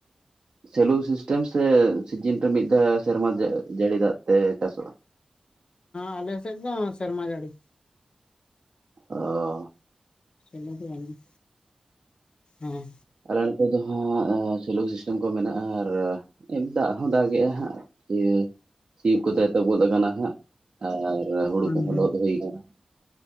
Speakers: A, on the right; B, on the left.
A: ᱥᱮᱞᱩ ᱥᱤᱥᱴᱮᱢ ᱥᱮ? ᱥᱤᱡᱤᱱ ᱨᱮ ᱢᱤᱫ ᱫᱷᱟᱣ ᱥᱮᱨᱢᱟ ᱡᱟᱹᱲᱤ ᱫᱟᱜ ᱛᱮ ᱪᱟᱥᱚᱜᱼᱟ
B: ᱟᱞᱮ ᱥᱮᱫ ᱫᱚ ᱥᱮᱨᱢᱟ ᱡᱟᱹᱲᱤ᱾
A: ᱚᱸ
B: ᱥᱮᱞᱚ. ᱫᱚ ᱵᱟᱱᱩᱜ ᱟ ᱦᱮᱸ
A: ᱟᱞᱮ ᱱᱚᱛᱮ ᱫᱚ ᱦᱟᱸᱜ ᱥᱮᱞᱳ ᱥᱤᱥᱴᱮᱢ ᱠᱚ ᱢᱮᱱᱟᱜᱼᱟ ᱟᱨ ᱮᱢᱱᱤ ᱫᱟᱜ ᱦᱚᱸ ᱫᱟᱜᱮᱜᱼᱟ ᱦᱟᱸᱜ ᱤᱭᱟᱹ ᱥᱤᱭᱜ ᱠᱚᱛᱮ <unintelligible> ᱟᱠᱟᱱᱟ ᱦᱟᱸᱜ ᱟᱨ ᱦᱩᱲᱩ
B: ᱦᱮᱸ
A: ᱠᱚᱦᱚᱸ ᱞᱚᱫ ᱦᱩᱭ ᱟᱠᱟᱱᱟ᱾